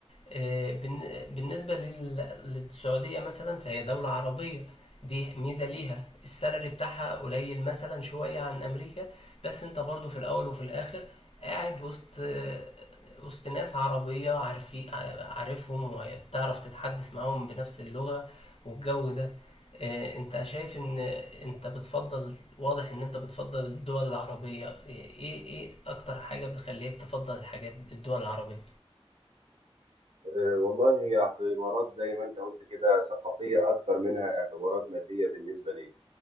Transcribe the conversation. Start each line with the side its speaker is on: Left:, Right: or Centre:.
Left: آه، بالن- بالنسبة لل- للسعودية مثلا فهي دولة عربية دي ميزة ليها السالري بتاعها قليل مثلا شوية عن أمريكا بس أنت برضو في الأول وفي الآخر قاعد وسط آه، وسط ناس عربية عارفين عارفهم وتعرف تتحدث معاهم بنفس اللغة والجو ده آه، أنت شايف إن أنت بتفضل واضح إن أنت بتفضل الدول العربية إيه إيه أكتر حاجة بتخليك تفضل الحاجات الدول العربية
Right: أه والله هي اعتبارات زي ما انت قلت كده ثقافيه اكتر منها اعتبارات ماديه بالنسبه لي